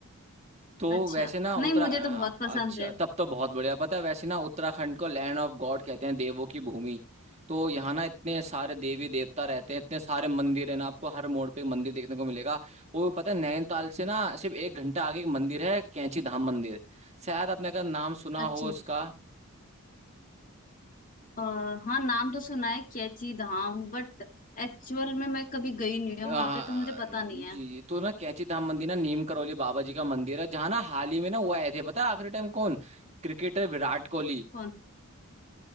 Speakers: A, on the right (about 30°); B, on the left (about 35°).
A: तो
B: अच्छा
A: वैसे ना
B: नहीं
A: उत्तरा
B: मुझे
A: अ,
B: तो बहुत पसंद
A: अच्छा
B: है
A: तब तो बहुत बढ़िया पता है वैसे ना उत्तराखंड को लैंड ऑफ गॉड कहते हैं देवों की भूमि तो यहाँ ना इतने सारे देवी देवता रहते हैं इतने सारे मंदिर है ना आपको हर मोड़ पे मंदिर देखने को मिलेगा वो पता है नैनीताल से ना सिर्फ एक घंटा आगे एक मंदिर है कैंची धाम मंदिर शायद आपने का नाम सुना
B: अच्छा
A: हो इसका
B: आ, हाँ नाम तो सुना है कैची धाम बट एक्चुअल में मैं कभी गई नहीं हूँ
A: आ,
B: वहां पे तो मुझे पता नहीं है
A: जी तो ना कैंची धाम मंदिर ना नीम करौली बाबा जी का मंदिर है जहाँ ना हाल ही में ना वो आए थे पता है आखिरी टाइम कौन क्रिकेटर विराट कोहली
B: कौन